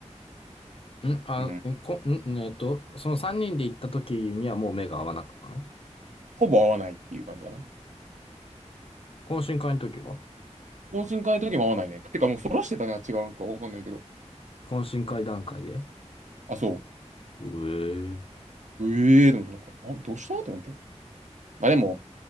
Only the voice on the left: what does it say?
<laughs> うん。あ、
んこ、ん、えっと、その3人で行った時にはもう目が合わなかったの
懇親会の時は
懇親会段階で
うえ